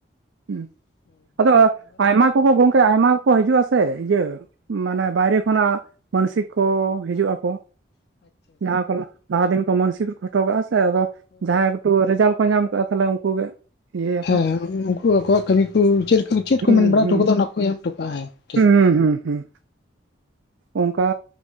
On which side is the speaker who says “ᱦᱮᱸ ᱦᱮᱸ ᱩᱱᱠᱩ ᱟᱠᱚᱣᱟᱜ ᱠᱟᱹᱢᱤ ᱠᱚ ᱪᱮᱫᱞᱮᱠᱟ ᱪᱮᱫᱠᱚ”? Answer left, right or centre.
Left